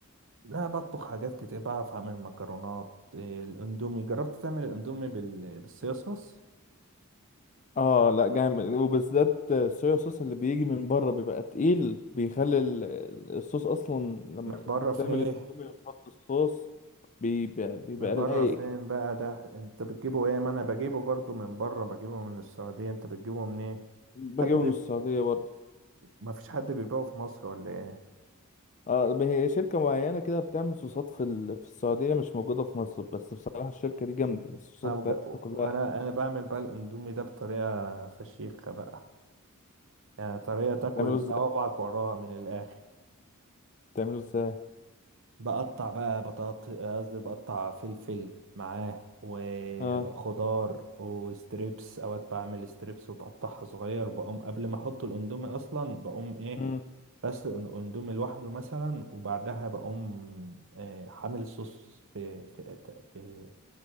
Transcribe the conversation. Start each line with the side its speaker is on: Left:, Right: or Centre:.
Right: لا بطبخ حاجات كتير بعرف اعمل مكرونات آه، الاندومي جربت تعمل الاندومي بال... بالصيصوص
Left: اه لا جامد وبالذات الصويا صوص اللي بيجي من بره بيبقى تقيل بيخلي ال- الصوص اصلا لما
Right: من بره
Left: تعمل
Right: فين
Left: الاندومي وتحط الصوص بيبقى, بيبقى
Right: من بره
Left: رايق
Right: فين
Left: كده
Right: بقى ده انت بتجيبه ايه ما انا بجيبه برضه من بره بجيبه من السعوديه انت بتجيبه منين
Left: بجيبه
Right: حد بي...
Left: من السعودية برضه
Right: ما فيش حد بيبيعه في مصر ولا ايه
Left: اه هي شركة معينة كده بتعمل صوصات في ال- في السعودية مش موجودة في مصر بس بصراحة الشركة دي جامدة الصوصات
Right: طب
Left: بتاعتها
Right: جا-
Left: كلها
Right: وانا انا بعمل بقى الاندومي ده بطريقه فشيخه بقى يعني طريقه تاكل
Left: بتعمله ازاي
Right: صوابعك وراها من الاخر
Left: بتعمله ازاي
Right: بقطع بقى بطاط قصدي بقطع فلفل معاه وخضار
Left: اه
Right: وستريبس اوقات بعمل ستريبس وبقطعها صغير بقوم قبل ما احط الاندومي اصلا بقوم ايه
Left: مم.
Right: بسلق الاندومي لوحده مثلا وبعدها بقوم آه، حامل صوص في في في